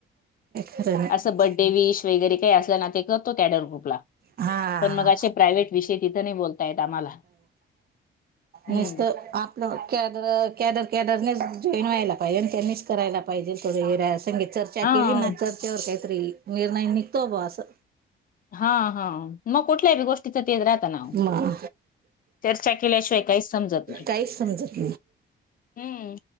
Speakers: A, on the right (about 50°); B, on the left (about 45°).
A: खरं नाही
B: असं बड्डे विश वगैरे काही असल्या ना ते करतो त्या कॅडर ग्रुपला
A: हा
B: पण मगाशी प्रायव्हेट विषयी तिथं नाही बोलता येत आम्हाला हम्म
A: निसत आपलं कॅदर कॅदर कॅदरनेच जॉईन व्हायला पाहिजे, आणि त्यांनीच करायला पाहिजेल. थोड हरा संग चर्चा
B: हा
A: केली ना, चर्चे वर काहितर निर्णय निघतो बुवा असं
B: हा हा मग कुठल्या बी गोष्टीच तेज राहत ना.
A: मग
B: चर्चा केल्याशिवाय काहीच समजत नाही.
A: काहीच समजत
B: हम्म.